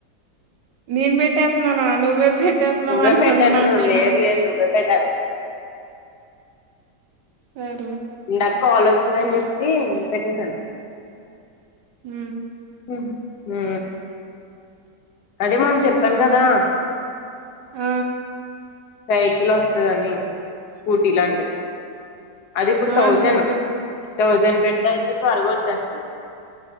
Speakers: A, on the right; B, on the left.
A: నీన్ బెట్టేత్ననా నువ్వే పెట్టేస్తున్నావు
B: నువ్వే
A: అనుకుంటున్నాను
B: పెట్టెత్నవ్
A: నేను
B: లేదు లేదు నువ్వే పెట్టద్
A: సర్లే
B: ఇందక కాల్ ఒచ్చిందని చెప్పి పెట్టసాను
A: ఊ
B: ఉం ఊ అదే మొన్న చెప్పాను గదా
A: ఆ
B: సైకిల్ ఒస్తదని స్కూటీ లాంటి అది ఇప్పుడు
A: ఆ
B: థౌజను
A: చెప్పు
B: థౌజండ్ పెట్ట అయితే త్వరగా ఒచ్చేస్తది